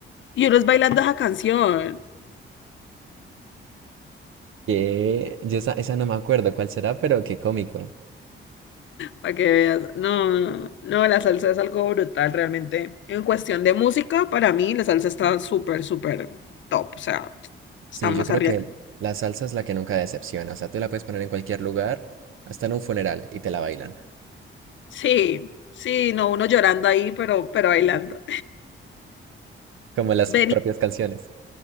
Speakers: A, on the left; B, on the right.
A: Y uno es bailando esa canción.
B: Que yo esa, esa no me acuerdo cuál será, pero qué cómico.
A: Para que veas, no, no, no, la salsa es algo brutal realmente. En cuestión de música, para mí la salsa está súper, súper top, o sea,
B: Sí,
A: está más
B: yo creo
A: arriba.
B: que la salsa es la que nunca decepciona. O sea, tú la puedes poner en cualquier lugar, hasta en un funeral, y te la bailan.
A: Sí, sí, no, uno llorando ahí, pero, pero bailando.
B: Como las
A: Vení,
B: propias canciones.